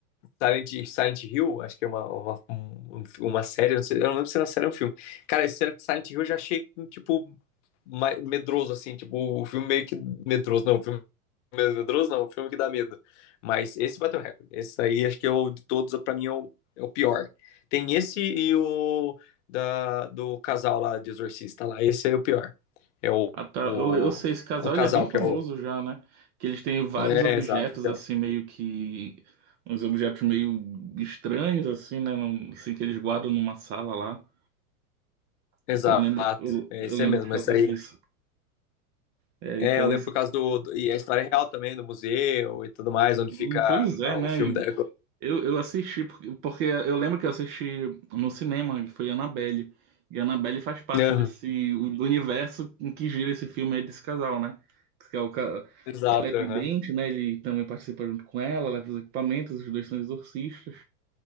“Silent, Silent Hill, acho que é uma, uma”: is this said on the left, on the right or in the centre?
Left